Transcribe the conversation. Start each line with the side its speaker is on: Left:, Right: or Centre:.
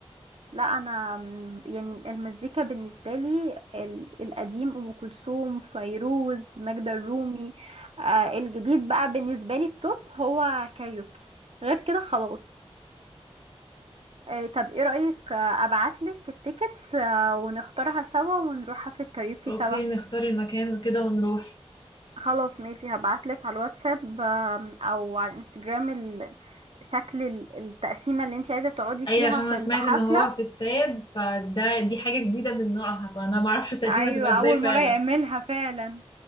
Right: لا انا م- يعني المزيكا بالنسبه لي ال- القديم ام كلثوم فيروز ماجدة الرومي آه الجديد بقى بالنسبه لي التوب هو كاريوكي غير كده خلاص آه طب ايه رايك آه ابعتلك التيكتس آه ونختارها سوا ونروحها في الكاريوكي
Left: أوكي
Right: سوا
Left: نختار المكان وكده ونروح
Right: خلاص ماشي هبعتلك على الواتساب آم، او على الانستجرام ال- شكل ال- التقسيمه اللي انت عايزه تقعدي
Left: أيوة
Right: فيها
Left: عشان أنا
Right: في
Left: سمعت
Right: الحفله
Left: إن هو في استاد فده دي حاجة جديدة من نوعها فأنا معرفش التقسيمة
Right: ايوه
Left: هتبقى
Right: اول
Left: إزاي فعلا
Right: مره يعملها فعلا